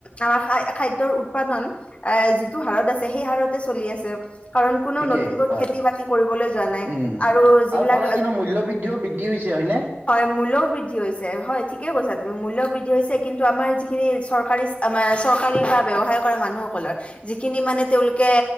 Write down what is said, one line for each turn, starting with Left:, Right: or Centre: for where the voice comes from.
Left: আমাৰ খাদ্যৰ উৎপাদন এ যিটো হাৰত আছে সেই হাৰতে চলি আছে। কাৰণ কোনো
Right: ঠিকেই
Left: নতুনকৈ
Right: হয়
Left: খেতি বাতি কৰিবলৈ যোৱা নাই
Right: উম
Left: আৰু যিবিলাক।
Right: ফলত কিন্তু মূল্য বৃদ্ধিও বৃদ্ধি হৈছে হয়নে
Left: হয় মোল বৃদ্ধি হৈছে হয় ঠিকেই কৈছা তুমি মূল্য বৃদ্ধি হৈছে কিন্তু আমাৰ যিখিনি চৰকাৰী মানে চৰকাৰী ব্যৱসায় কৰা মানুহসকলৰ যিখিনি মানে তেওঁলোকে